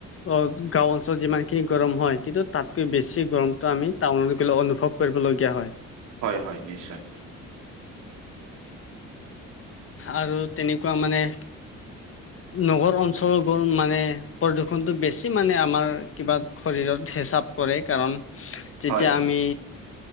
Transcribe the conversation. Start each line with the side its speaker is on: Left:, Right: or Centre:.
Left: অ গাঁও অঞ্চলত যিমানখিনি গৰম হয় কিন্তু তাতকৈ বেছি গৰমটো আমি টাউনত গ'লে অনুভৱ কৰিবলগীয়া হয়।
Right: হয় হয় নিশ্চয়।
Left: আৰু তেনেকুৱা মানে নগৰ অঞ্চলবোৰ মানে প্ৰদূষণটো বেছি মানে আমাৰ কিবা শৰীৰত হেঁচা পৰে কাৰণ যেতিয়া
Right: হয়, হয়,
Left: আমি